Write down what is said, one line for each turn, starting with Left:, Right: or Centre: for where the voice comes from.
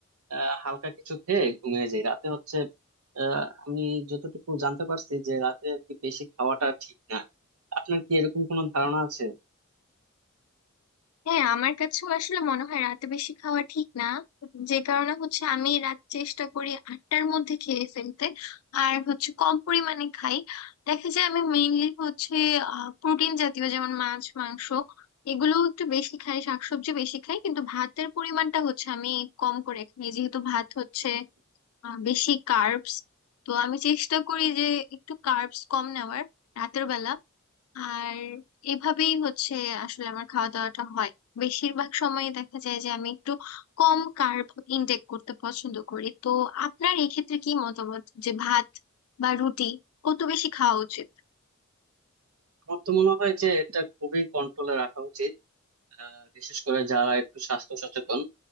Right: আহ, হালকা কিছু খেয়ে ঘুমিয়ে যাই রাতে হচ্ছে আহ, আমি যতটুকু জানতে পারছি যে রাতে আর কি বেশি খাওয়াটা ঠিক না আপনার কি এরকম কোনো ধারণা আছে
Left: হ্যাঁ আমার কাছেও আসলে মনে হয় রাতে বেশি খাওয়া ঠিক না যে কারণে হচ্ছে আমি রাত চেষ্টা করি আটটার মধ্যে খেয়ে ফেলতে আর হচ্ছে কম পরিমাণে খাই দেখা যায় আমি মেইনলি হচ্ছে প্রোটিন জাতীয় যেমন মাছ মাংস এগুলো একটু বেশি খাই শাকসবজি বেশি খাই কিন্তু ভাতের পরিমাণটা হচ্ছে আমি কম করে খাই যেহেতু ভাত হচ্ছে আহ, বেশি কার্বস তো আমি চেষ্টা করি যে একটু কার্বস কম নেওয়ার রাতের বেলা আর এভাবেই হচ্ছে আসলে আমার খাওয়া দাওয়াটা হয় বেশিরভাগ সময় দেখা যায় যে আমি একটু কম কার্ব ইনটেক করতে পছন্দ করি তো আপনার এক্ষেত্রে কি মতামত যে ভাত বা রুটি কত বেশি খাওয়া উচিত
Right: আমার তো মনে হয় যে এটা খুবই কন্ট্রোলে রাখা উচিত আহ, বিশেষ করে যারা একটু স্বাস্থ্য সচেতন